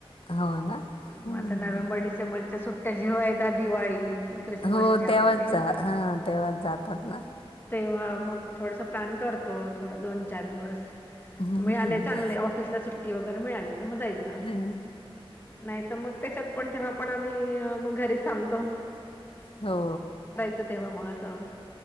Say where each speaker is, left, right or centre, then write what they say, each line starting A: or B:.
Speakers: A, on the left; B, on the left.
A: हो ना. हम्म.
B: म आता नोव्हेंबर डिसेंबरच्या सुट्टया जेव्हा येता दिवाळी क्रिसमसच्या
A: हो तेव्हाच
B: वगैरे
A: हां तेव्हाच जातात ना.
B: तेव्हा मग थोडसा प्लॅन करतो थोडा दोन-चार दिवस.
A: हम्म.
B: मिळाले चांगले ऑफिसला सुट्टी वगैरे मिळाली तर मग जायचं.
A: नाही
B: नाही तर मग त्याच्यात पण तेव्हा पण आम्ही म घरीच थांबतो.
A: हो.
B: तर तेव्हा मग असं